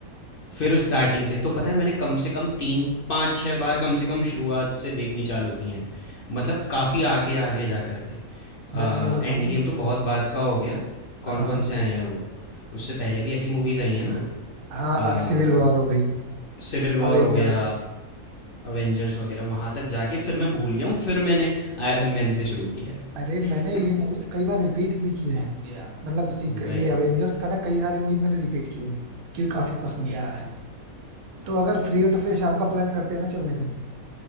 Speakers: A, on the left; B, on the right.
A: फिर स्टार्टिंग से तो पता है मैंने कम से कम 3-5-6 बार कम से कम शुरुआत से देखनी चालू की हैं। मतलब काफ़ी आगे, आगे जा कर के। अ,
B: मैं तुम्हें बताऊँ
A: एंड गेम तो बहुत बाद का हो गया, कौन-कौन
B: हाँ
A: से आए हैं वो। उससे पहले भी ऐसी मूवीज़ आई हैं ना
B: हाँ
A: अ,
B: सिविल वॉर हो गई
A: सिविल वॉर
B: अवेंजर्स
A: हो गया, अवेंजर्स वगैरह वहाँ तक जाके फिर मैं भूल गया हूँ, फिर मैंने आयरन मैन से शुरू किया
B: अरे
A: है।
B: मैंने ये
A: <laughs>
B: मूवीज कई बार रिपीट भी किए हैं मतलब सीक-
A: वही,
B: ये अवेंजर्स
A: वही।
B: का ना कई सारी मूवीज मैंने रिपीट किए हैं क्योंकि काफी पसंद है तो अगर फ्री हो तो फिर शाम का प्लान करते हैं ना चलने का